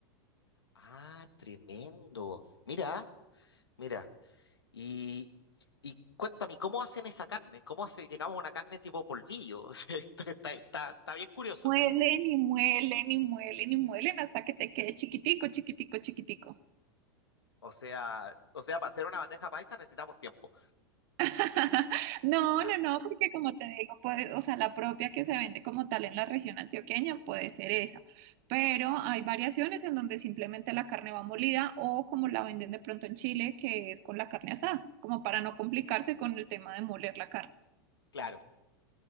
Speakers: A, on the left; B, on the right.
A: Ah, tremendo. Mira. Mira, y, y cuéntame, ¿cómo hacen esa carne? ¿Cómo hace, llegamos a una carne tipo polvillo? <laughs> O sea, está, está, está- está bien curioso.
B: Muelen y muelen y muelen y muelen hasta que te quede chiquitico, chiquitico, chiquitico.
A: O sea, o sea, para hacer una bandeja paisa necesitamos tiempo.
B: <laughs> No,
A: Ah,
B: no, no, porque como te digo, puede, o sea, la propia que se vende como tal en la región antioqueña puede ser esa, pero hay variaciones en donde simplemente la carne va molida o como la venden de pronto en Chile, que es con la carne asada, como para no complicarse con el tema de moler la carne.
A: Claro.